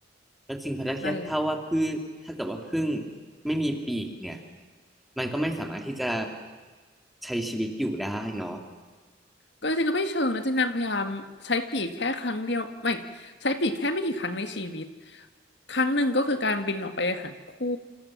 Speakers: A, in the centre; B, on the left.
A: ก็จริงเพราะถ้าเทียบเท่าว่าพืชถ้าเกิดว่าผึ้ง
B: นั่นแหละ
A: ไม่มีปีกเนี่ยมันก็ไม่สามารถที่จะใช้ชีวิตอยู่ได้เนาะ
B: ก็จริงๆก็ไม่เชิงนะจริงนางพยายามใช้ปีกแค่ครั้งเดียวไม่ใช้ปีกแค่ไม่กี่ครั้งในชีวิตครั้งหนึ่งก็คือการบินออกไปหาคู่